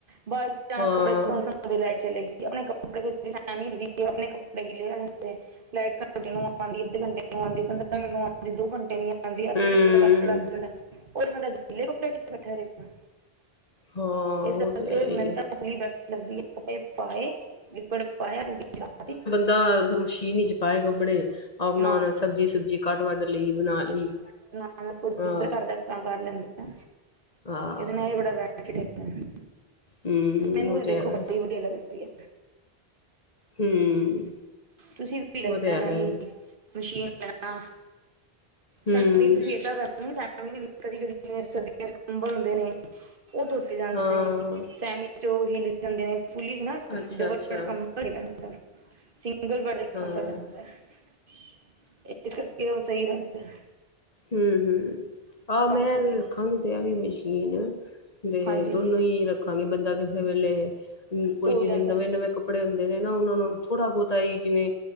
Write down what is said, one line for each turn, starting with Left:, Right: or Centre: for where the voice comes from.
Right: ਬਾਈ ਚਾਂਸ
Left: ਹਾਂ
Right: ਕੱਪੜੇ ਧੋ ਲਾਈਟ ਚਲੇ ਗਈ ਆਪਣੇ ਕੱਪੜੇ ਹੁੰਦੀ ਆਪਣੇ ਕੱਪੜੇ ਗਿਲੇ ਲਾਈਟ ਘੰਟੇ ਨੂੰ ਆਉਂਦੀ ਅੱਧ ਘੰਟੇ ਨੂੰ ਆਉਂਦੀ ਪੰਦਰਾਂ ਘਟ ਨੂੰ ਆਉਂਦੀ ਦੋ ਘੰਟੇ ਨੀ ਆਦੀ ਆਦੀ ਅੱਧੇ
Left: ਹੂੰ
Right: ਦਿਨ ਦਾ ਕਟ ਲੱਗ ਜਾਂਦਾ ਉਹ ਰ ਬੰਦਾ ਗਿੱਲੇ ਕੱਪੜੇ ਚ ਬੈਠਾ ਰਹੇ ਗਾ
Left: ਹਾਂ
Right: ਇਸ
Left: ਉਹ
Right: ਕਰਕੇ
Left: ਤੇ ਹੈ
Right: ਮਿਹਨਤਾ
Left: ਹੀ ਹੈ।
Right: ਫੂਲੀ ਬੇਸਟ ਲਗਦੀ ਹੈ ਕੱਪੜੇ ਪਾਏ ਲਿਕਵਡ ਪਾਇਆ ਟੂਟੀ ਚਲਾਤੀ।
Left: ਦਰ <unintelligible> ਮਸ਼ੀਨ ਚ ਪਾਏ ਕੱਪੜੇ ਆਓ ਬਣਾਣਾ
Right: ਹਾਂ
Left: ਸਬਜ਼ੀ ਸੁਬਜੀ ਕੱਟ ਵੱਟ ਲਈ ਬਣਾ ਲਈ
Right: ਮਤ
Left: ਹਾਂ
Right: ਦੂਸਰੇ ਘਰ ਦਾ ਕੰਮ ਕਰ ਲੈਂਦੇ ਆ
Left: ਹਾਂ
Right: ਇਹਦੇ ਨਾਲ ਇਹ ਬੜਾ ਬੈਨੀਫਿਟ
Left: ਹਮ
Right: ਮੈਨੂੰ
Left: ਉਹ
Right: ਤਾਂ ਦੇਖੋ
Left: ਤੇ ਹੈਗਾ
Right: ਬੜੀ ਹੀ ਵਧੀਆ ਲੱਗਦੀ ਹੈ
Left: ਹਮ
Right: ਤੁਸੀਂ ਵੀਰ
Left: ਉਹ
Right: ਲੈਣਾ
Left: ਤੇ ਹੈਗਾ
Right: ਸੀ, ਮਸ਼ੀਨ ਲੈਣਾ
Left: ਹਮ
Right: ਸਾਡੇ ਲਈ ਤੁਸੀਂ ਏਦਾਂ ਕਰਨੀ ਸਵ ਕਦੀ- ਕਦੀ ਜਿਵੇਂ ਸਰਦੀਆਂ ਦੇ ਕੰਬਲ ਹੁੰਦੇ ਨੇ ਉਹ ਧੋਤੇ ਜਾਂਦੇ
Left: ਹਾਂ
Right: ਨੇ ਸ ਜੋ ਉਹ ਹਿੱਲੀ ਜਾਂਦੇ ਨੇ ਫੁਲੀ ਸੀਨਾ
Left: ਅੱਛਾ
Right: ਡਬਲ
Left: ਅੱਛਾ
Right: ਕੰਮ ਨੀ ਪੈਂਦਾ ਡਬਲ ਬੇਡ ਦਾ ਇਕ
Left: ਹਾਂ
Right: ਕੰਬਲ ਪਹਿਨਦੇ ਇਸ ਕਰਕੇ ਉਹ ਸਹੀ ਰਹਿੰਦਾ
Left: ਹਮ ਹਮ ਆਹ
Right: ਤਾਂ
Left: ਮੈਂ
Right: ਕਰਕੇ
Left: ਰੱਖਾਂਗੀ ਤੇ ਆ ਵੀ ਮਸ਼ੀਨ। ਦੇ
Right: ਹਾਂਜੀ
Left: ਦੋਨੋਂ ਹੀ ਰੱਖਾਂਗੇ ਬੰਦਾ ਕਿਸੇ ਵੇਲੇ ਕੋਈ
Right: ਧੋ
Left: ਜਿਵੇਂ
Right: ਹੀ ਲੈਂਦਾ
Left: ਨਵੇਂ
Right: ਹੈ।
Left: ਨਵੇਂ ਕੱਪੜੇ ਕੱਪੜੇ ਹੁੰਦੇ ਨੇ ਨਾ ਉਹਨਾਂ ਨੂੰ ਥੋੜਾ ਬਹੁਤਾ ਹੀ ਜਿਵੇਂ